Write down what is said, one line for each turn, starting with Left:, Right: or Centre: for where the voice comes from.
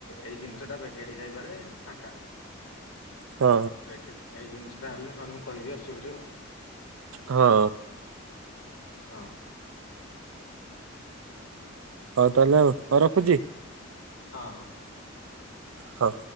Left: ଏଇ ଜିନିଷ ଟା ବେଗେ ହେଇଯାଇପାରେ ଫାଙ୍କା
Right: ହଁ
Left: ବେକଅପ ଏଇ ଜିନିଷ ସେଟା ହେଲେ ନହେଲେ ମୁଁ କହିବି ଆସିବ ହରି ଆଉ।
Right: ହଁ।
Left: ହଁ।
Right: ହଉ ତାହେଲେ ଆଉ ହଁ ରଖୁଚି।
Left: ହଁ ହଁ।
Right: ହଉ।